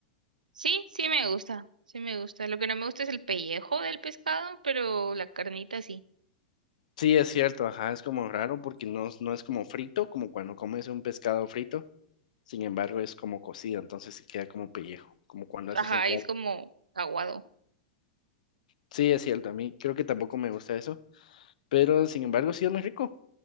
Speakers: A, on the right (about 80°); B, on the left (about 70°).
A: Sí, sí me gusta, sí me gusta. Lo que no me gusta es el pellejo del pescado, pero la carnita sí.
B: Sí, es cierto, ajá, es como raro porque no, es- no es como frito, como cuando comes un pescado frito. Sin embargo, es como cocido, entonces se queda como pellejo, como cuando haces
A: Ajá,
B: un caldo.
A: es como aguado.
B: Sí, es cierto, a mí creo que tampoco me gusta eso, pero sin embargo, sí es muy rico.